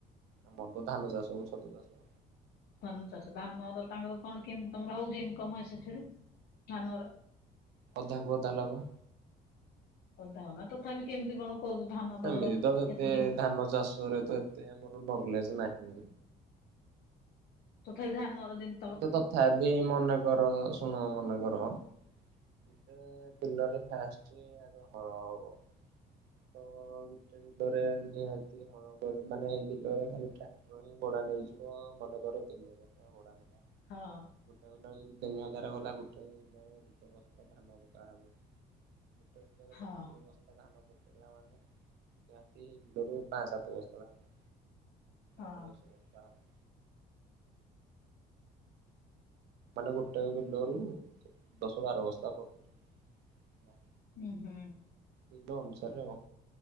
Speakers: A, on the right; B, on the left.
A: ଆମରତ ଧାନ ଚାଷ ଆଉ ଛତୁ ଚାଷ।
B: ଧାନ ଚାଷ, ଧାନର ତାଙ୍କର କଣ କେମତି ତମର ହଉଚି ଇନକମ୍ ସେଥିରୁ? ଧାନରେ।
A: ଅଧାକୁୁ ଅଧା ଲାଭ।
B: ଅଧା ହଉନା, ତଥାପି କେମିତି କଣ କରୁଛ ଧାନ ତମର
A: ଏମିତିତ ଏତେ,
B: କେତିକି
A: ଧାନ ଚାଷରେତ ଏତେ ଆମର ନଲେଜ୍ ନାହିଁ।
B: ତଥାପି ଧାନର ଦିନ୍
A: କିନ୍ତୁ ତଥାବି ମନେକର ଶୁଣ ମନେକର ଗୋଟେ ବିଲରେ ଫାଷ୍ଟ ଆଗେ ହଳ ହବ ତ ଗୁ ଗୁଟେ ବିଲରେ ନିହାତି ହଳ ଆପଣଙ୍କର ମାନେ ବିଲରେ ଖାଲି ଟ୍ରାକ୍ଟରହିଁ ଭଡ଼ା ନେଇଯିବ ମନେକର ତିନି ହଜାର ଟଙ୍କା ଭଡ଼ା
B: ହଁ।
A: ଗୋଟେ ବିଲରେ ଯଦି ତିନି ହଜାରେ ଗଲା ଗୋଟେ ବିଲାର ଗୋଟେ ବସ୍ତା ଧାନ ପକା ହବ। ଗୋଟେ
B: ହଁ
A: ବିଲରେ <unintelligible> ଧାନ ପକେଇଲା ମାନେ ନିହାତି ହେବିଲରୁ ପାଁ ସାତ ବସ୍ଥା ଧାନ।
B: ହଁ
A: ଆଠ ଦଶ ବସ୍ଥା ହବ। ମାନେ ଗୋଟେ ବିଲରୁ ଦଶ ବାର ବସ୍ତା ପକଟେ୍ ହବ।
B: ଉଁ ହୁଁ।
A: ବିଲ ଅନୁସାରେ ଆଉ।